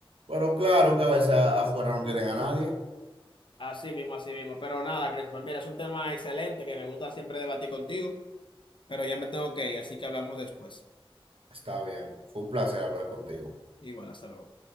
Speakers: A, on the right (about 75°); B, on the left (about 60°).
A: Pero claro que a veces a- afuera no tienen a nadie.
B: Así mismo, así mismo. Pero nada, Christopher, mira, es un tema excelente que me gusta siempre debatir contigo, pero ya me tengo que ir, así que hablamos después.
A: Está bien. Fue un placer hablar contigo.
B: Igual, hasta luego.